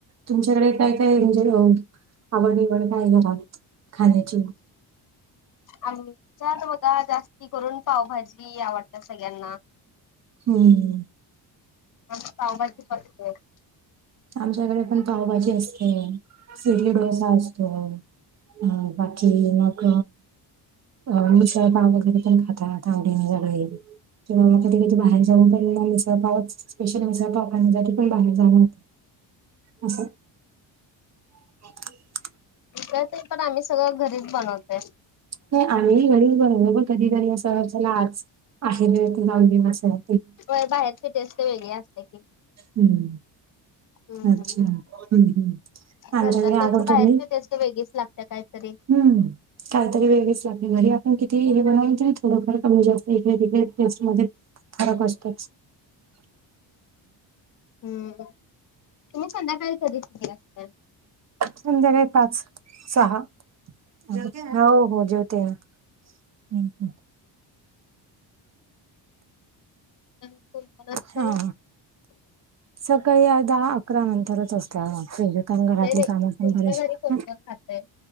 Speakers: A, on the right (about 40°); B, on the left (about 45°).
A: तुमच्याकडे काय, काय म्हणजे आवडनीवड काय घ खाण्याची?
B: आमच्यात बघा जास्ती करून पावभाजी आवडते सगळ्यांना.
A: हम्म.
B: आज पावभाजी <unintelligible>
A: आमच्याकडे पण पावभाजी असते सिडली डोसा असतो अ बाकी मग अ मिसळपाव वगैरे पण खातात आवडीने सगळे किंवा मग कधी कधी बाहेर जाऊन पण मिसळ पाव स्पेशल मिसळ पाव करण्यासाठी पण बाहेर जाऊ न <unintelligible> होो अस <unintelligible> <inaudible>
B: मिसळ तेन पण आम्ही सगळं घरीच बनवतय
A: नाही आम्ही घरीच बनवतो पण कधीतरी असं चला आज आहे त जाऊन दिन असं
B: होय बाहेरची टेस्ट वेगळी असते की
A: हम्म
B: हम्म
A: अच्छा
B: हम्म
A: हम्म. आमच्याकडे
B: घरच्यापेक्षा
A: आवडतो
B: बाहेरची
A: मी
B: टेस्ट वेगळीच लागत्या काय तरी
A: हम्म. काय तरी वेगळेच लागते घरी आपण किती हे बनवल तरी थोडंफार कमी जास्त वेगवेगळ्या टेस्ट मध्ये फरक असतोच.
B: हम् तुम्ही संध्याकाय कर <unintelligible> असता
A: संध्याकाळी पाच सहा हो हो जेवतेय हम् हम्.
B: कोण कोण असतंय?
A: हा. सकाळी अ दहा, अकरा नंतरच असत्या कारण घरातली
B: नाही नाही
A: कामं पण
B: तुमच्या
A: बरचशी
B: घरी कोण कोण राहतंय?